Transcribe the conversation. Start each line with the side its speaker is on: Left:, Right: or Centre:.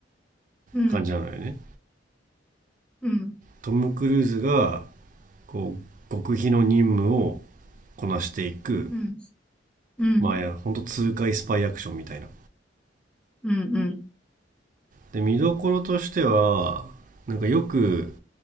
Centre: うん、
Right: 感じなのよね。
Centre: うん、
Right: トム・クルーズが、こう、極秘の任務をこなしていく。
Centre: うん、うん、
Right: まあ、いや、ほんと痛快スパイアクションみたいな。
Centre: うん、うん、
Right: で、見どころとしては、なんかよく、